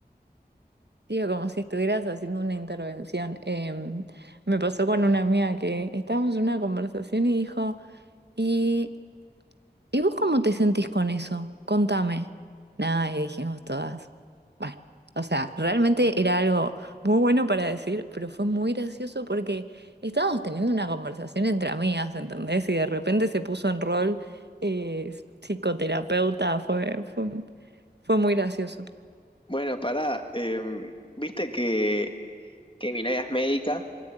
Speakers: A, on the right; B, on the left.
A: Digo, como si estuvieras haciendo una intervención. Em, me pasó con una amiga que estábamos en una conversación y dijo, y ¿Y vos cómo te sentís con eso? Contame. Nada, y dijimos todas. Bueno, o sea, realmente era algo muy bueno para decir, pero fue muy gracioso porque estábamos teniendo una conversación entre amigas, ¿entendés? Y de repente se puso en rol eh, psicoterapeuta, fue, fue, fue muy gracioso.
B: Bueno, pará, em, viste que, que mi novia es médica